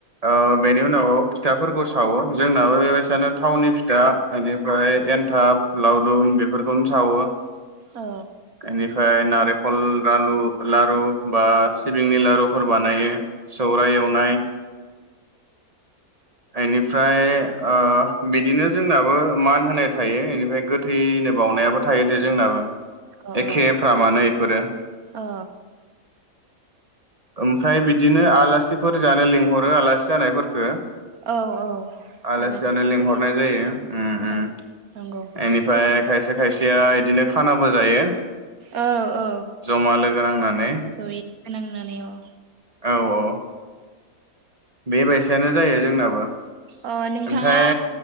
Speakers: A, on the right; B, on the right.
A: ओ बेनि उनाव फिथाफोरखौ सावो जोंनाबो बेबायसानो थावनि दा बेनिफ्राय एन्थाब लावदुम बेफोरखौनो सावो। एनिफ्राय
B: औ
A: नारें खल लालु लारु बा सिबिंनि लारुफोर बानायो। सौराय एवनाय बेनिफ्राय ओ बिदिनो जोंनाबो मान होनाय थायो बेनिफ्राय गोथैनो बावनायाबो थायो। जोंनाबो
B: औ
A: एखेफ्रामानो इफोरो
B: औ
A: ओमफ्राय बि बिदिनो आलासिफोर जानो लिंहरो आलासि जानायफोरखो।
B: औ औ
A: आलासि
B: आलासिथ'
A: जानो लिंहरनाय
B: फैयो।
A: जायो उम उम
B: औ नंगौ
A: इनिफाय, खायसे खायसेया इदिनो खानाबो जायो।
B: औ औ
A: जमा लोगो नांनानै
B: जरि नांनानै औ।
A: औ औ बेबायसानो जायो जोंनाबो
B: अ नोंथाङा
A: ओमफ्राय